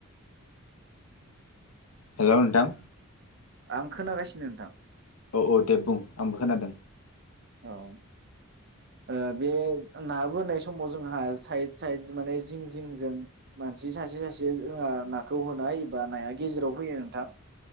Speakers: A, on the left; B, on the right.
A: हेलौ नोंथां
B: आं खोनागासिनो नोंथां
A: औ औ देब बुं आंबो खोनादों
B: औ ओ बे नाबोनाय समाव जोंहा साइद साइद माने जिं जिंजों मानसि सासे सासे जोंहा नाखौ होनायबा नाया गेजेराव फैयो नोंथां